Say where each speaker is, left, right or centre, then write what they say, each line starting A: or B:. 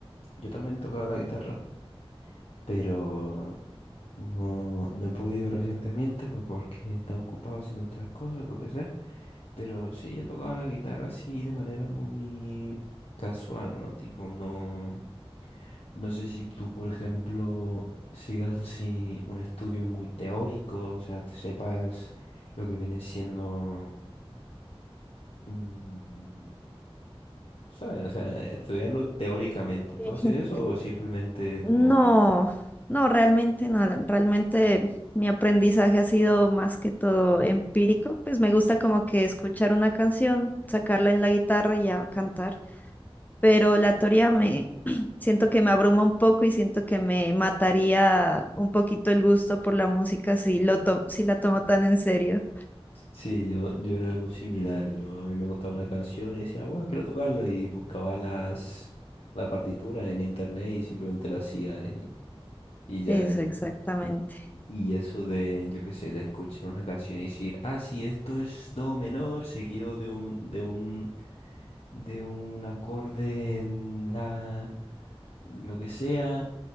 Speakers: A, on the left; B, on the left.
A: Yo también tocaba la guitarra, pero... No, no he podido recientemente, pues porque he estado ocupado haciendo otras cosas, lo que sea. Pero sí, yo tocaba la guitarra así de manera muy casual, ¿no? Tipo, no, no sé si tú, por ejemplo, sigas así un estudio muy teórico, o sea, te sepas lo que viene siendo, mm, ¿sabes? O sea, estudiarlo teóricamente. ¿Tú haces
B: Sí. <laughs>
A: eso o simplemente es
B: No,
A: como
B: no, realmente no. Realmente mi aprendizaje ha sido más que todo empírico. Pues me gusta como que escuchar una canción, sacarla en la guitarra y a cantar. Pero la teoría me <clears throat> siento que me abruma un poco y siento que me mataría un poquito el gusto por la música si lo to- si la tomo tan en serio.
A: Sí, yo, yo era algo similar. Yo a mí me gustaba una canción y decía, wow, quiero tocarla. Y buscaba las la partitura en internet y simplemente la hacía y, y ya
B: Eso,
A: yo.
B: exactamente.
A: Y eso de, yo qué sé, de escuchar una canción y decir, ah, sí, esto es do menor, seguido de un, de un, de un acorde en la lo que sea,